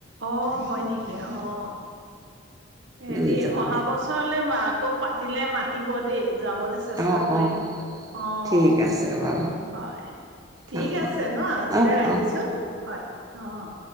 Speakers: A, on the right; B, on the right.
A: অ', হয় নেক অ', হেৰি
B: দুয়োজনকে
A: অহা বছৰলৈ আকৌ পাতিলে মাতিব দেই যাবলৈ চেষ্টা
B: অ
A: কৰিম
B: অ
A: অ',
B: ঠিক আছে বাৰু
A: হয় ঠিক
B: অ অ
A: আছে ন' আজিলৈ
B: অ
A: আহিছো
B: অ
A: হয় অ'।